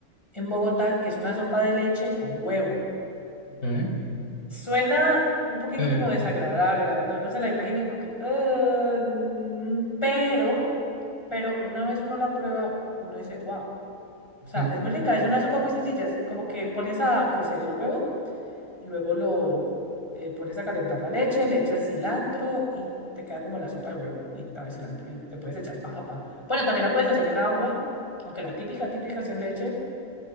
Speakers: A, on the left; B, on the left.
A: en Bogotá, que es una sopa de leche con huevo.
B: Ok,
A: Suena un poquito
B: eh,
A: como desagradable, la verdad, uno se la imagina y como que, "Ah, mm", pero, pero una vez uno la prueba, uno dice, wow. O
B: rico.
A: sea, es muy rica, es una sopa muy sencilla. Es como que pones a cocer el huevo y luego lo eh, pones a calentar la leche, le echas cilantro y te queda como la sopa de huevo y trae cilantro y te puedes echar papa. Bueno, también la puedes hacer en agua, aunque la típica, típica es en leche,